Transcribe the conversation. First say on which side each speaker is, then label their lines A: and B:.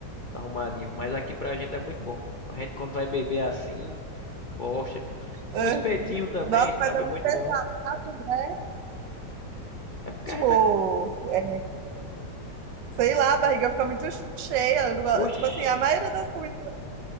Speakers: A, on the left; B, on the right.
A: arrumadinho. Mas aqui pra gente é muito bom. A gente quando vai beber assim, gosta.
B: Ah,
A: Um espetinho também,
B: Nossa, mas
A: sabe?
B: é
A: É
B: muito
A: muito
B: pesado,
A: bom.
B: né?
A: É porque
B: Tipo,
A: a gente. tá-
B: é, sei lá, a barriga fica muito cheia. eu não gosto-
A: Oxe,
B: Tipo assim, a maioria das comidas